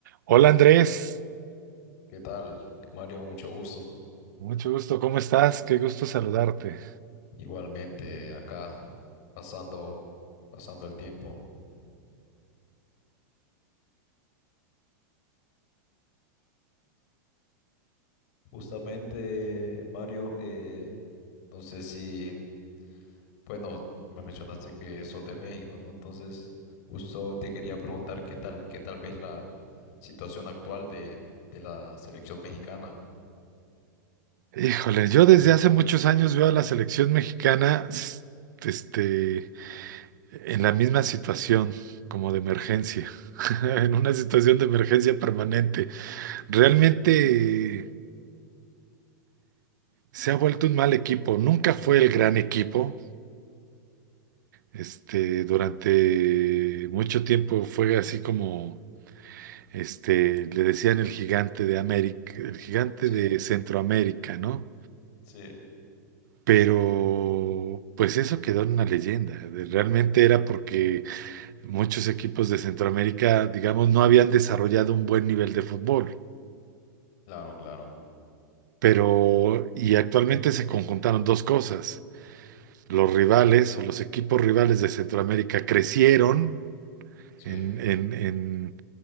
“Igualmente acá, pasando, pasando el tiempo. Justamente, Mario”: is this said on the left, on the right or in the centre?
Left